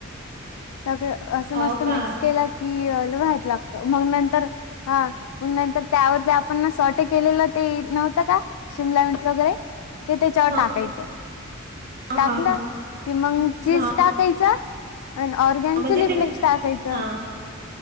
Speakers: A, on the left; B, on the right.
A: सगळं असं
B: अ,
A: मस्त
B: का?
A: मिक्स केला की लई भारी लागतं, मग नंतर हां, मग नंतर त्यावरती आपण ना सॉटे केलेलं ते नव्हतं का? शिमलां मिर्च वगैरे ते त्याच्यावर
B: हां,
A: टाकायचं, टाकलं
B: हां, हां.
A: कि मग चीज
B: हां,
A: टाकायचं आणि ऑरगॅन
B: म्हणजे
A: चिली
B: ते
A: फ्लेक्स टाकायचं,
B: हां,